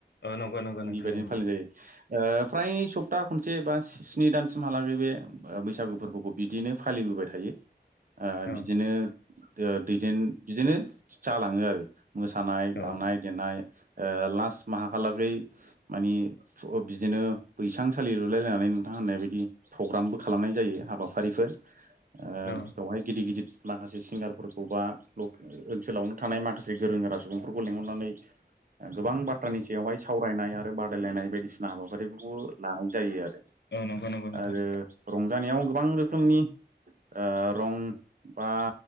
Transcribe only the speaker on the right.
बेबायदिनो
फालिनाय जायो। फ्राय सप्ता खनसे बा स्नि दानसिमहालागै बे बैसागु फोरबोखौ बिदियैनो फालिबोबाय थायो। ओ
बिदिनो दैदेन बिदिनो जालाङो आरो। मोसानाय, दामनाय,
देनाय ओ लास्ट माहालागै मानि बिदिनो बैसां सालि लुलायलायनानै नोंथा ङा होननाय बायदि प्रग्रामबो खालामनाय जायो हाबाफारिफोर ओ
बेवहाय गिदिर गिदिर माखासे सिंगारफोरखौ बा ओनसोलावनो थानाय माखा से गोरों गोरा सुबुंफोरखौ लिंहरनानै गोबां बाथ्रानि सायावहाय सावरायनाय आरो बादायलायनाय बायदिसिना हाबाफारिफोरखौबो लानाय जायो आरो।
आरो रंजानायाव गोबां रोखोमनि ओ रं बा